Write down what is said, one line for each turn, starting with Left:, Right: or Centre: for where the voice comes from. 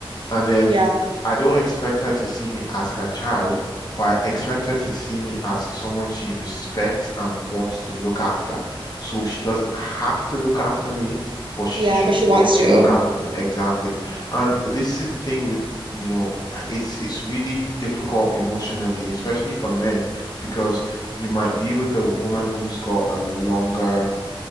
Left: And then
Right: Yeah.
Left: I don't expect her to see me as her child, but I expect her to see me as someone she respects and wants to look after. So she doesn't have to look after me, but she
Right: Yeah,
Left: should
Right: but she
Left: want
Right: wants to.
Left: to look after me. Exactly. And this is the thing with, you know, uh, it's it's really difficult emotionally, especially for men, because you might be with a woman who's got a longer